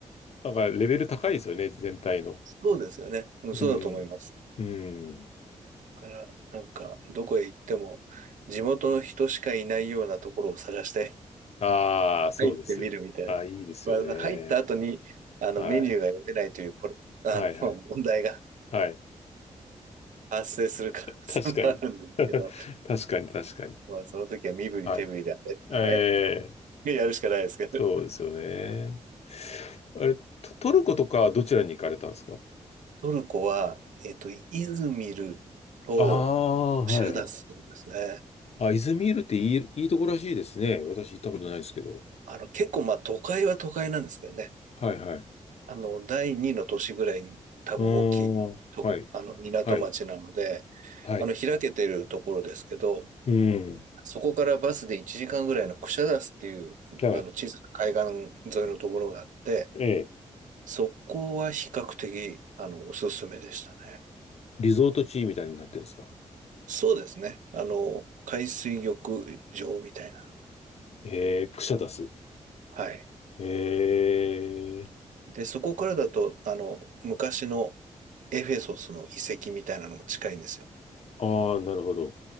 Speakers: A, on the left; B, on the right.
A: なんかレベル高いですよね、全体の。
B: そうですよね。うん、
A: うん。
B: そうだと思います。
A: うん。
B: だから、なんか、どこへ行っても、地元の人しかいないようなところを探して
A: ああ、そうです。
B: 入ってみるみたいな。
A: ああ、いいですよね。
B: まあ、入った後に、あの、
A: はい。
B: メニューが読めないというポロ、あの、
A: はいはい。
B: 問題が
A: はい。
B: <laughs> 発生する可能性もあるんですけど、
A: 確かに。<laughs> 確かに確かに。
B: まあ、その時は身振り手振りで、
A: はい。
B: あれ、
A: ええ、
B: あれやるしかないですけど。
A: そうですよね。あれ、トトルコとかはどちらに行かれたんですか
B: トルコは、えっと、イズミルと
A: ああ、はいはい。
B: シャダスですね。
A: あ、イズミールっていい、いいとこらしいですね。私行ったことないですけど。
B: あの、結構、まあ、都会は都会なんですけどね。
A: はいはい。
B: あの、第二の都市ぐらいに多分大きいと、
A: ああ、はい。
B: あの、港町なので、
A: はい。はい。
B: あの、開けてるところですけど、
A: うん。
B: そこからバスで1時間ぐらいのクシャダスっていう、
A: はい。
B: あの、小さな海岸沿いのところがあって、
A: ええ。
B: そこは比較的、あの、おすすめでしたね。
A: リゾート地みたいになってるんですか。
B: そうですね。あの、海水浴場みたいな。
A: ええ、クシャダス。
B: はい。
A: ええ。
B: で、そこからだと、あの、昔のエフェソスの遺跡みたいなのも近いんですよ。
A: ああ、なるほど。